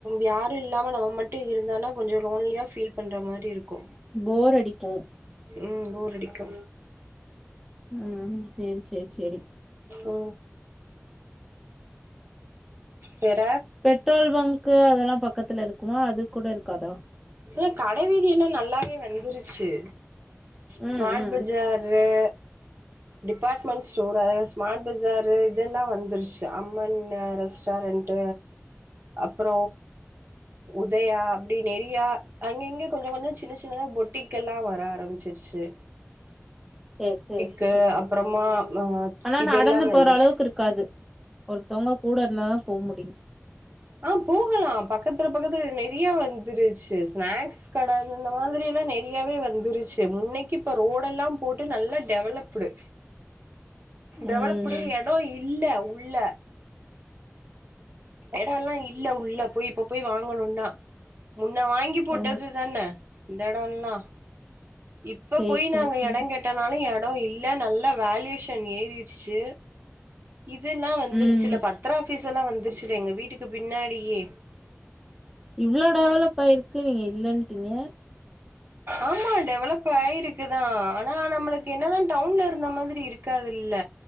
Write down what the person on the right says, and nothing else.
யாரு இல்லாம நம்ம மட்டு இருந்தானா கொஞ்ச லோன்லியா ஃபீல் பண்ற மாரி இருக்கு
ம் போர் அடிக்கு
ஓ வேற
இல்ல கடை வீதிய எல்லா நல்லாவே வந்துருச்சு ஸ்மார்ட்
Bazaar department store Smart Bazaar இதெல்லா வந்துருச்சு அம்மன் ரெஸ்டாரண்ட் அப்புற உதயா அப்டி நெறையா அங்க இங்க கொஞ்ச கொஞ்ச சின்ன சின்னதா பொட்டிக்கெல்லா வர ஆரம்பிச்சிருச்சி
இருக்கு அப்றமா
இதெல்லாமே
வந்துச்சு
ஆ போகலா பக்கத்துல பக்கத்துல நெறியா வந்துருச்சு ஸ்நாக்ஸ் கட இந்த மாரி எல்லா நெறையாவே வந்துருச்சி முன்னைக்கு இப்போ ரோடெல்லாம் போட்டு நல்லா டெவலப்டு டெவலப்ப்டு
எடோ இல்ல உள்ள எடோல்லா இல்ல உள்ள போய் இப்ப போய் வாங்கணும்னா முன்ன வாங்கி போட்டது
தானே இந்த எடோல்லா இப்ப
போய்
நாங்க
எடோ கேட் டனாலு எடோ இல்ல நல்ல வேல்யேஷன் ஏறிருச்சு இதுல்லா வந்துருச்சில
பத்ர ஆபீஸ் எல்லா வந்துருச்சில எங்க வீட்டுக்கு பின்னாடியே
ஆமா டெவலப் ஆயிருக்குதா ஆனா நம்மளுக்கு என்னதா டவுன்ல இருந்த மாதிரி இருக்காதுல்ல